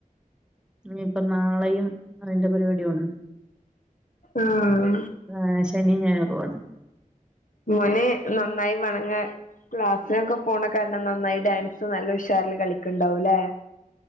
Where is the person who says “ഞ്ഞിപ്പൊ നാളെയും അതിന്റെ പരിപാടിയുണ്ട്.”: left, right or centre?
Centre